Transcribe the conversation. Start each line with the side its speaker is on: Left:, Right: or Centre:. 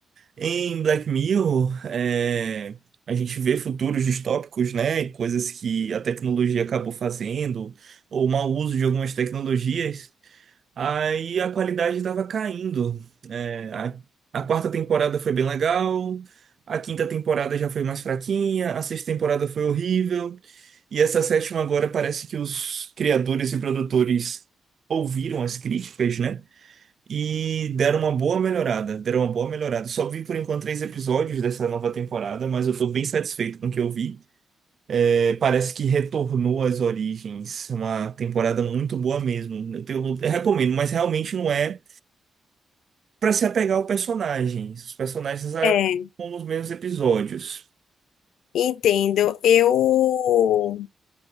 Right: Em Black Mirror, é, a gente vê futuros distópicos, né? e Coisas que a tecnologia acabou fazendo, ou mau uso de algumas tecnologias. Aí a qualidade estava caindo. É, a, a quarta temporada foi bem legal, a quinta temporada já foi mais fraquinha, a sexta temporada foi horrível, e essa sétima agora parece que os criadores e produtores ouviram as críticas, né? E deram uma boa melhorada, deram uma boa melhorada. Só vi por enquanto três episódios dessa nova temporada, mas eu tô bem satisfeito com o que eu vi. É, parece que retornou às origens, uma temporada muito boa mesmo. Eu, tenho- eu recomendo, mas realmente não é para se apegar ao personagem. Os personagens acabam
Left: É,
Right: nos mesmos episódios.
Left: Entendo. Eu